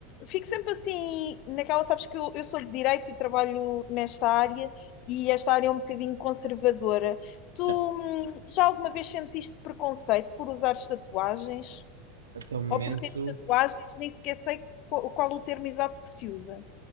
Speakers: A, on the left; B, on the right.
A: fico sempre assim naquela, sabes que eu, eu sou de direito e trabalho nesta área e esta área é um bocadinho conservadora. Tu
B: Certo.
A: já alguma vez sentiste preconceito por usares tatuagens?
B: Até o momento,
A: Ou por teres tatuagens? Nem sequer sei qual, qual o termo exato que se usa.